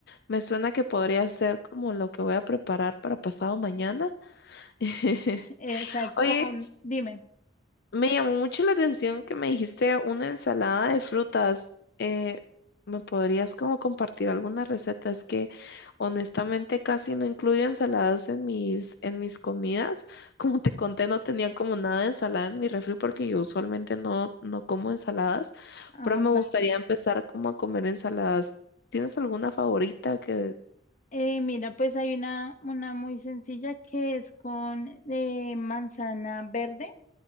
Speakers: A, on the left (about 60°); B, on the left (about 40°).
A: Me suena que podría ser como lo que voy a preparar para pasado mañana. <laughs>
B: Exacto.
A: Oye,
B: Oh, dime.
A: me llamó mucho la atención que me dijiste una ensalada de frutas. Eh, ¿me podrías como compartir alguna receta? Es que honestamente casi no incluyo ensaladas en mis, en mis comidas. <laughs> Como te conté, no tenía como nada de ensalada en mi refri porque yo usualmente no, no como ensaladas,
B: Ah,
A: pero me gustaría
B: vale.
A: empezar como a comer ensaladas. ¿Tienes alguna favorita que...
B: Eh, mira, pues hay una, una muy sencilla que es con eh, manzana verde,